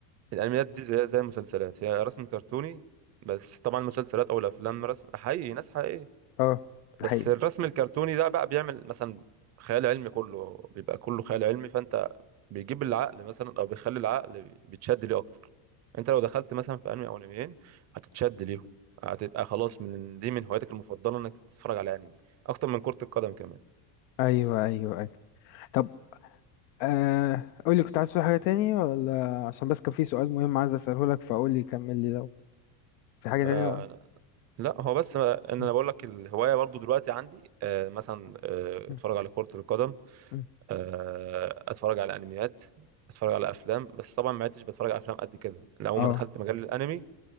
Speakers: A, on the right (about 30°); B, on the left (about 75°).
A: الانميات دي زي زي المسلسلات هي رسم كرتوني بس طبعا المسلسلات او الافلام رسم حقيقي ناس حقيقيه
B: اه ده
A: بس
B: حقيقي
A: الرسم الكرتوني ده بقى بيعمل مثلا خيال علمي كله بيبقى كله خيال علمي فانت بيجيب العقل مثلا او بيخلي العقل بيتشد ليه اكتر انت لو دخلت مثلا في انمي او انميين هتتشد ليهم هتبقى خلاص من دي من هواياتك المفضله انك تتفرج على انمي اكتر من كره القدم كمان
B: ايوه ايوه ايوه طب آه قول لي كنت عايز تقول حاجه تاني ولا عشان بس كان في سؤال مهم عايز اساله لك فقول لي كمل لي لو في حاجه
A: فأنا
B: تانية ولا
A: لا هو بس ان
B: مم،
A: انا بقول لك الهوايه برضو دلوقتي عندي آه، مثلا آه،
B: مم،
A: اتفرج على كره القدم
B: مم.
A: آه، اتفرج على انميات اتفرج على افلام بس طبعا ما عدتش بتفرج على افلام قد كده لأول
B: اه
A: ما دخلت مجال الانمي